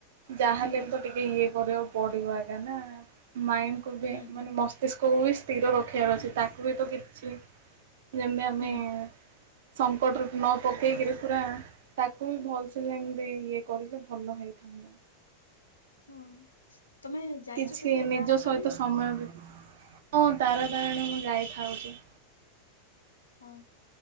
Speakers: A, on the right (about 55°); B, on the left (about 75°).
A: ଯାହାହେଲେଲ
B: ହୁଁ
A: ତ ଟିକେ ଇଏ କରିବାକୁ ପଡିବ ଆଗେ ନା ମାଇଣ୍ଡକୁ ବି
B: ହୁଁ ହୁଁ
A: ମାନେ ମସ୍ ମସ୍ତିଷ୍କକୁ ବି ସ୍ତିର ରଖିବାର ଅଛି ତାକୁ ବି ତ କିଛି ଯେମତି ଆମେ
B: ହୁଁ
A: ସଙ୍କଟରେ ନ ପକେଇକିରି ପୁରା ତାକୁ ବି ଭଲସେ ଯେମତି ଇଏ କରିଲେ ଭଲ ହେଇଥାନ୍ତା।
B: ହଁ। ତମେ ଯାଇଛ
A: କିଛି
B: କେବେ
A: ନିଜ
B: ତାରାତାରିଣୀ?
A: ସହିତ ସମୟ ବି ହଁ ତାରାତାରିଣୀ ମୁଁ ଯାଇଥାଉଚି।
B: ହଁ।